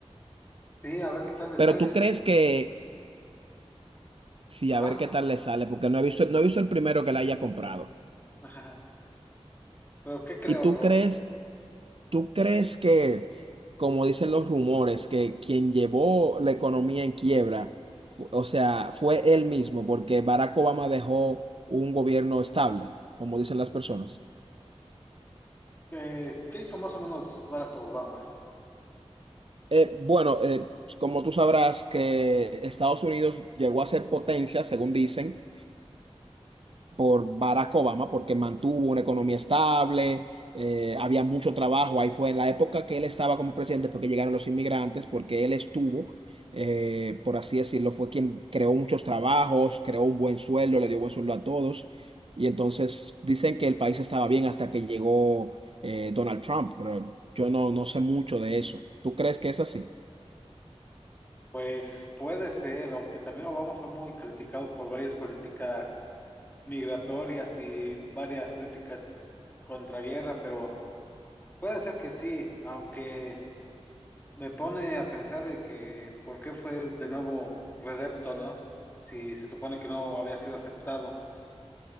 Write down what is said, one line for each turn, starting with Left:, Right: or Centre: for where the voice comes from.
Left: Sí, a ver qué tal le
Right: Pero
Left: sale.
Right: tú crees que, sí,
Left: Ajá.
Right: a ver qué tal le sale, porque no he visto, no he visto el primero que la haya comprado.
Left: Ajá. Pero ¿qué creo,
Right: ¿Y tú
Left: bro?
Right: crees, tú crees que, como dicen los rumores, que quien llevó la economía en quiebra, fu- o sea, fue él mismo, porque Barack Obama dejó un gobierno estable, como dicen las personas?
Left: Eh, ¿qué hizo más o menos Barack Obama?
Right: Eh, bueno, eh, como tú sabrás que Estados Unidos llegó a ser potencia, según dicen, por Barack Obama, porque mantuvo una economía estable, eh, había mucho trabajo. Ahí fue en la época que él estaba como presidente, fue que llegaron los inmigrantes, porque él estuvo, eh, por así decirlo, fue quien creó muchos trabajos, creó un buen sueldo, le dio buen sueldo a todos. Y entonces dicen que el país estaba bien hasta que llegó eh, Donald Trump, pero yo no, no sé mucho de eso. ¿Tú crees que es así?
Left: Pues puede ser, aunque también Obama fue muy criticado por varias políticas migratorias y varias políticas contra guerra, pero puede ser que sí, aunque me pone a pensar de que por qué fue de nuevo reelecto, ¿no? Si se supone que no había sido aceptado.